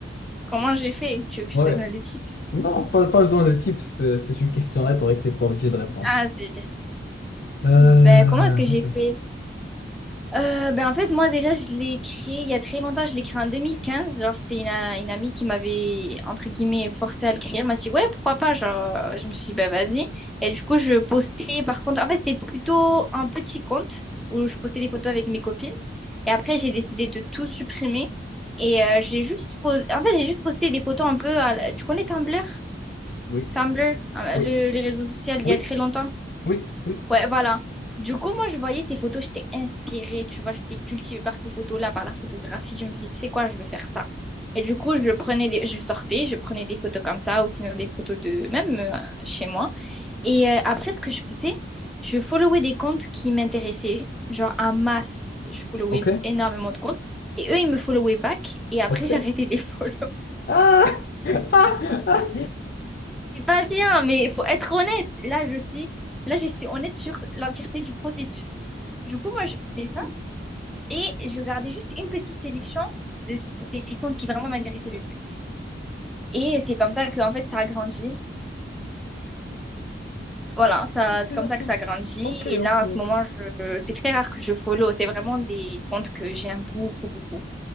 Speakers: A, in the centre; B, on the left.
A: Comment j'ai fait?
B: <laughs>
A: Tu veux que
B: Ouais.
A: je te donne les chiffres?
B: Non, pas, pas besoin de tips, c'est c'est une question rhétorique, t'es pas obligé de répondre.
A: Ah, c'est...
B: Euh,
A: Ben, comment est-ce que j'ai
B: ok.
A: fait? Euh, ben, en fait, moi, déjà, je l'ai créé il y a très longtemps. Je l'ai créé en deux mille quinze Genre, c'était une, a- une amie qui m'avait, entre guillemets, forcé à le créer. Elle m'a dit, ouais, pourquoi pas? Genre, euh, je me suis dit, ben, vas-y. Et du coup, je postais, par contre, en fait, c'était plutôt un petit compte où je postais des photos avec mes copines. Et après, j'ai décidé de tout supprimer. Et euh, j'ai juste posé, en fait, j'ai juste posté des photos un peu à la- Tu connais Tumblr?
B: Oui.
A: Tumblr, euh,
B: Oui.
A: le, les réseaux sociaux, il
B: Oui.
A: y a très longtemps.
B: Oui. Oui.
A: Ouais, voilà. Du coup, moi, je voyais ces photos, j'étais inspirée, tu vois, j'étais cultivée par ces photos-là, par la photographie. Je me suis dit, tu sais quoi, je vais faire ça. Et du coup, je prenais des... je sortais, je prenais des photos comme ça, ou sinon des photos de même euh, chez moi. Et euh, après, ce que je faisais, je followais des comptes qui m'intéressaient, genre en masse. Je followais
B: Ok.
A: énormément de comptes. Et eux, ils me followaient back, et après,
B: Ok.
A: <laughs> j'arrêtais de les follow.
B: Ah! <laughs> Ah! Ah!
A: C'est pas bien, mais il faut être honnête. Là, je suis, là, je suis honnête sur l'entièreté du processus. Du coup, moi, je faisais ça et je gardais juste une petite sélection de, ce- des, des comptes qui vraiment m'intéressaient le plus. Et c'est comme ça que, en fait, ça a grandi. Voilà, ça,
B: Ok.
A: c'est comme ça que ça a grandi
B: Ok.
A: Et
B: Ok.
A: là, en ce
B: Ok.
A: moment, je, c'est très rare que je follow. C'est vraiment des comptes que j'aime beaucoup, beaucoup.